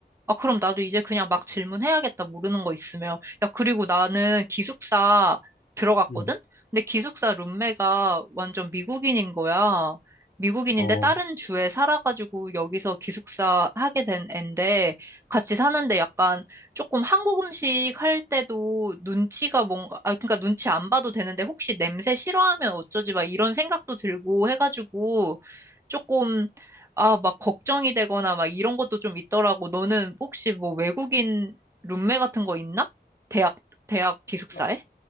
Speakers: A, on the right; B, on the left.
A: 아, 그럼 나도 이제 그냥 막 질문해야겠다, 모르는 거 있으면. 야, 그리고 나는 기숙사 들어갔거든?
B: 음.
A: 근데 기숙사 룸메가 완전 미국인인 거야. 미국인인데
B: 어.
A: 다른 주에 살아가지고 여기서 기숙사 하게 된 앤데 같이 사는데 약간 조금 한국 음식 할 때도 눈치가 뭔가, 아, 그러니까 눈치 안 봐도 되는데 혹시 냄새 싫어하면 어쩌지 막 이런 생각도 들고 해가지고 조금 아, 막 걱정이 되거나 막 이런 것도 좀 있더라고. 너는 혹시 뭐 외국인 룸메 같은 거 있나? 대학, 대학 기숙사에?
B: 아,